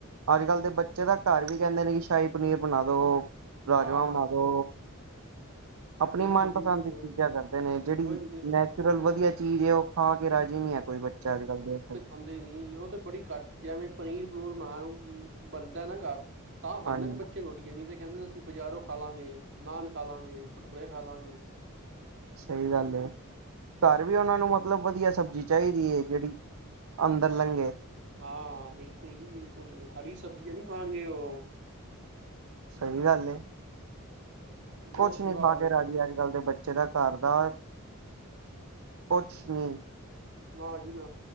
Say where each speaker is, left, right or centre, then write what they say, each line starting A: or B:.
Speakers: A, on the right; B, on the right.
A: ਅੱਜ ਕੱਲ ਦੇ ਬੱਚੇ ਦਾ ਘਰ ਵੀ ਕਹਿੰਦੇ ਨੇ ਕਿ ਸ਼ਾਹੀ ਪਨੀਰ ਬਣਾ ਦੋ। ਰਾਜਮਾਂ
B: ਹਾਂ
A: ਬਣਾ ਦੋ। ਆਪਣੀ
B: ਬਿਲਕੁਲ
A: ਮਨਪਸੰਦ
B: ਜੀ ਬਿਲਕੁਲ
A: ਦੀ ਚੀਜ਼ਾਂ ਕਰਦੇ ਨੇ ਜਿਹੜੀ
B: ਉਹੀ ਤੇ।
A: ਨ ਫਲ ਵਧੀਆ ਚੀਜ਼ ਹੈ ਉਹ ਖਾ ਕੇ ਰਾਜ ਨੀ ਹੈ ਕੋਈ ਬੱਚਾ ਅੱਜ ਕੱਲ ਦੇ
B: ਹਾਂਦੇ ਨਹੀਂ ਉਹ ਤੇ ਬੜੀ ਘੱਟ ਜਿਵੇਂ ਪਨੀਰ ਪਨੀਰ ਬਣਾਉਣ ਬਣਦਾ ਨਾ ਘਰ ਤਾਂ ਖਾਂਦੇ
A: ਹਾਂਜੀ
B: ਨੇ ਬੱਚੇ ਰੋਟੀਆਂ ਨ ਤੇ ਕਹਿੰਦੇ ਅਸੀਂ ਬਾਜ਼ਾਰੋਂ ਖਾ ਲਾਂਗੇ, ਨਾਨ ਖਾਵਾਂਗੇ ਟੁਟਕੁਰੇ ਖਾ ਲਾਂਗੇ।
A: ਸਹੀ ਗੱਲ ਐ। ਘਰ ਵੀ ਉਹਨਾਂ ਨੂੰ ਮਤਲਬ ਵਧੀਆ ਸਬਜ਼ੀ ਚਾਹੀਦੀ ਐ। ਜਿਹੜੀ ਅੰਦਰ ਲੰਘੇ
B: ਹਾਂ ਬਿਲਕੁਲ ਜੀ, ਬਿਲਕੁਲ ਹਰੀ ਸਬਜ਼ੀ ਹੈ ਨੀ ਖਾਣਗੇੇ ਓ
A: ਸਹੀ ਗੱਲ ਏ।
B: ਬਹੁਤ
A: ਕੁਛ ਨੀ
B: ਬੁਰਾ
A: ਖਾ
B: ਹਾਲ
A: ਕੇ
B: ਹੈ ਜੀ
A: ਰਾਜੀ ਅੱਜ-ਕੱਲ ਦੇ ਬੱਚੇ ਦਾ ਘਰ ਦਾ ਕੁਛ ਨੀ
B: ਨਾ ਜੀ ਨਾ